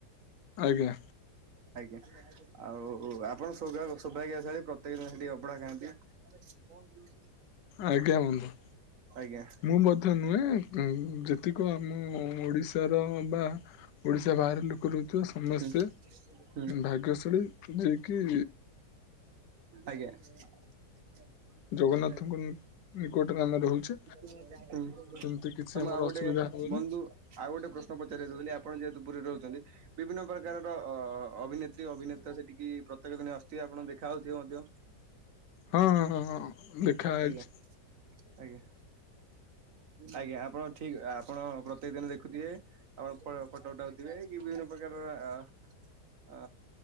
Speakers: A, on the left; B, on the right.
A: ଆଜ୍ଞା।
B: ଆଜ୍ଞା ଆଉ ଆପଣ ଶୋଭାଗ ଆସ ପ୍ରତ୍ୟେକ ଦିନ ସେଠିକି ଅଭଢା ଖାଆନ୍ତି। ଆ କଣ ଯଉ
A: ଆଜ୍ଞା ବନ୍ଧୁ।
B: ଆଜ୍ଞା
A: ମୁଁ ମଧ୍ୟ ନୁହେଁ ଯେତିକ ଆମ ଓଡିଶାର ବା ଓଡିଶା ବାହାରାରେ ଲୋକ ରହୁଥିବା ସମସ୍ତେ
B: ହୁଁ ହୁଁ
A: ଭାଗ୍ୟଶାଳୀ ଯାଇକି
B: ଆଜ୍ଞା। <inaudible>
A: ଜଗନ୍ନାଥଙ୍କ
B: ହୁଁ। ତ
A: ନିକଟରେ ଆମେ ରହୁଛେ
B: ମୁଁ
A: ସେମିତି କିଛି ଆମର
B: ଆଉ ଗୋଟେ
A: ଅସୁବିଧା ହବନି।
B: ବନ୍ଧୁ ଆଉ ଗୋଟେ ପ୍ରଶ୍ନ ପଚାରିଉଥିଲି ଆପଣ ଯେହେତୁ ପୁରୀରେ ରହୁଛନ୍ତି। ବିଭିନ୍ନ ପ୍ରକାରର ଅ ଅଭିନେତ୍ରୀ ଅଭିନେତ ସେଠିକି ପ୍ରତ୍ୟେକ ଦିନେ ଆସଥିବ ଆପଣ ଦେଖାହଉଥିବେ ମଧ୍ୟ।
A: ହଁଁ ହଁ ହଁ ଦେଖାଇଛି।
B: ଆଜ୍ଞା ଆଜ୍ଞା ଆଜ୍ଞା ଆପଣ ଠିକ ଆପଣ ପ୍ରତ୍ୟେକ ଦିନ ଦେଖୁଥିବେ। ଆପଣ ଫଟୋ ଉଟାାଉଥିବେ କି ବିଭିନ୍ନ ପ୍ରକାରର ଅ ଅ